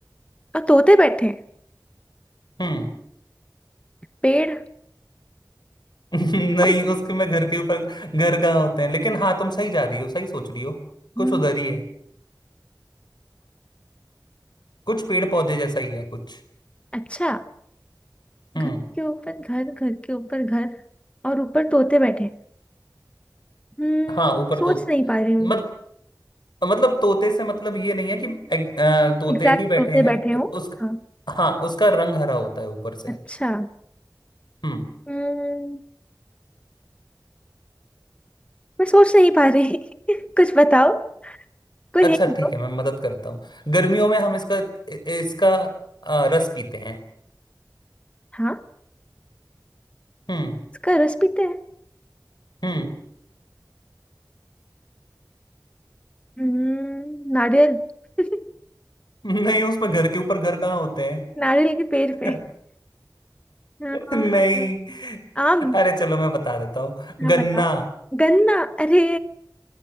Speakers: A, on the left; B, on the left.
A: और तोते बैठे हैं
B: हम्म
A: पेड़
B: <laughs> नहीं
A: <laughs>
B: उसके मैं घर के ऊपर घर कहाँ होते हैं लेकिन हाँ तुम सही जा रही हो सही सोच रही हो कुछ
A: हम्म,
B: उधर ही है कुछ पेड़ पौधे जैसा ही है कुछ
A: अच्छा
B: हम्म
A: घर के ऊपर घर घर के ऊपर घर और ऊपर तोते बैठे हैं। हम्म
B: हाँ ऊपर
A: सोच
B: तो
A: नहीं पा रही हूँ
B: मत मतलब तोते से मतलब ये नहीं है कि एक- अ, तोते
A: एग्जैक्ट
B: ही बैठे
A: तोते
B: हैं
A: बैठे
B: उ-
A: हो
B: उस
A: हाँ
B: हाँ उसका रंग हरा होता है ऊपर से
A: अच्छा
B: हम्म
A: हम्म मैं सोच नहीं पा रही <laughs> कुछ बताओ कोई
B: अच्छा
A: हिंट
B: ठीक
A: दो
B: है मैं मदद करता हूँ गर्मियों में हम इसका इ- इसका अ, रस पीते हैं
A: हाँ
B: हम्म
A: उसका रस पीते हैं
B: हम्म
A: हम्म नारियल <laughs>
B: <laughs> नहीं उसमें घर के ऊपर घर कहाँ होते हैं
A: नारियल के पेड़ पे
B: <laughs>
A: हाँ,
B: नहीं
A: आम
B: अरे चलो मैं बता देता हूँ
A: हाँ
B: गन्ना
A: बताओ गन्ना अरे